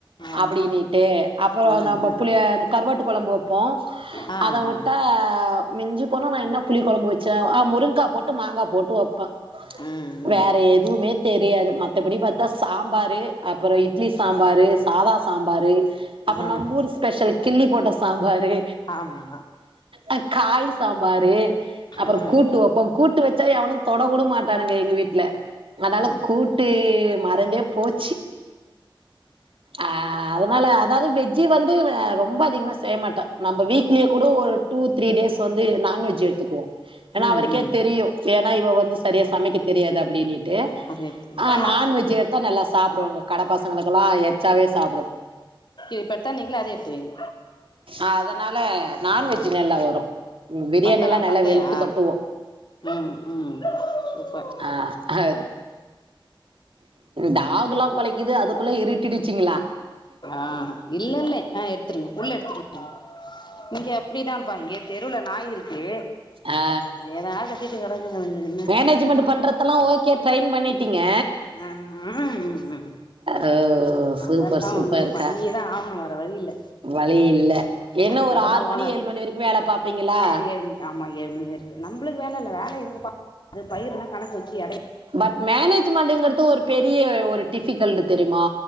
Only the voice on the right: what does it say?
அப்புடின்னுட்டு அப்புறோ
நம்ம
புளிய அந்தக் கருவாட்டு கொழம்பு வப்போ
அத வுட்டா
மிஞ்சி போனா நா என்ன புளி கொழம்பு வச்சே ஆ முருங்கா போட்டு மாங்கா போட்டு வப்பே
வேற எதுவுமே தெரியாது மத் தபடி பாத்தா சாம்பாரு அப்பறோ இட்லி
சாம்பாரு சாதா சாம்பாரு அப்புறோ
நம்ப ஊர் ஸ்பெஷல் கில்லி போட்ட சாம்பாரு
ஆ காய் சாம்பாரு அப்பறோ
கூட்டு வப்பம் கூட்டு வச்சா எவனு தொடக்கூட மாட்டானுங்க எங்க வீட்ல அதனால
கூட்டு மறந்தே போச்சு ஆ அதனால அதாவது வெஜ்ஜி வந்து ஆ ரொம்ப அதிகமா செய்ய மாட்ட நம்ம வீட்லயே கூட ஒரு டூ த்ரீ டேஸ் வந்து நான்வெஜ் எடுத்துக்குவோ ஏன்னா
அவருக்கே
தெரியு ஏன்னா இவ வந்து சரியா சமைக்க தெரியாது அப்புடினீட் டு
அ நான்வெஜ் எடுத்தா நல்லா சாப்பிடுவாங்க கட பசங்களுக்கு எல்லா எச்சாவே சாப்பிடு
அதனால நான்வெஜ் நல்லா வரு ம் பிரியாணி
எல்லா நல்லா
வெளுத்து கட்டுவோ
ஆ அஹப் டாக் எல்லா கெலைக்குது அதுக்குள்ள இருட்டிடுச்சிங்களா
ஆ
மேனேஜ்மெண்ட்டு பண்றதெல்லா ஓகே ட்ரைின் பண்ணிட்டீங்க
ஓ சூப்பர்
சூப்பர்க்கா
வழி இல்ல என்ன
ஒரு ஆறு
மணி ஏழு மணி வரைக்கு வேல பாப்பீங்களா
பட் மேனேஜ்மெண்ட்டுங்கிறது ஒரு பெரிய ஒரு டிஃபிகல்ட்டு தெரியுமா